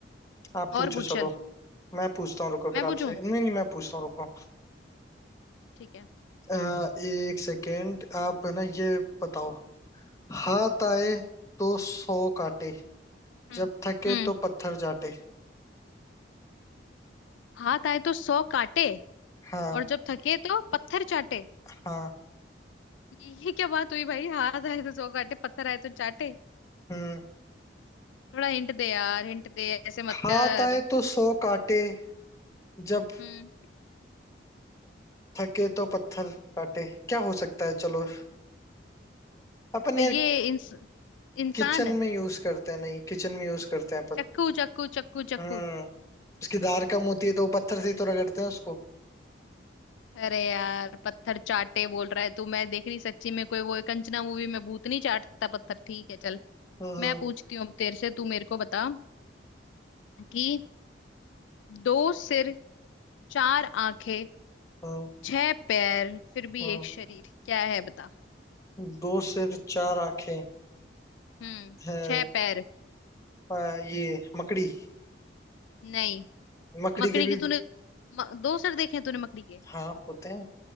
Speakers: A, on the left; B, on the left.
A: आप
B: और
A: पूछो
B: पूछ
A: चलो
B: चल
A: मैं पूछता हूँ रुको फिर
B: मैं
A: आपसे
B: पूछूं
A: नहीं नहीं मैं पूछता हूँ रुको
B: ठीक है
A: अह, एक सेकेंड आप है ना ये बताओ हाथ आए तो सौ काटे
B: हम्म
A: जब थके
B: हम्म
A: तो पत्थर चाटे
B: हाथ आए तो सौ काटे
A: हाँ
B: और जब थके तो पत्थर चाटे
A: हाँ
B: ये क्या बात हुई भाई हाथ आए तो सौ काटे पत्थर आए तो चाटे
A: हम्म
B: थोड़ा हिंट दे यार हिंट दे ऐसे मत
A: हाथ
B: कर
A: आए तो सौ काटे जब
B: हम्म
A: थके तो पत्थर काटे क्या हो सकता है चलो अपन
B: तो
A: यार
B: ये इंस, इंसान
A: किचन में यूज करते हैं नहीं किचन में यूज करते हैं अपन
B: चक्कू चक्कू चक्कू चक्कू
A: हम्म उसकी धार कम होती है तो वो पत्थर से ही तो रगड़ते हैं उसको
B: अरे यार पत्थर चाटे बोल रहा है तू मैं देख रही सच्ची में कोई वो कंचना मूवी में भूत नहीं चाटता पत्थर ठीक है चल
A: हम्म
B: मैं पूछती हूँ अब तेरे से तू मेरे को बता कि दो सिर चार आंखें
A: हम्म
B: छह पैर फिर भी
A: हम्म
B: एक शरीर क्या है बता
A: हम्म। दो सिर चार आंखें
B: हम्म
A: हैं
B: छह पैर
A: आ, ये मकड़ी
B: नहीं
A: मकड़ी
B: मकड़ी
A: के भी
B: की तूने म, दो सर देखे हैं तूने मकड़ी के
A: हाँ होते हैं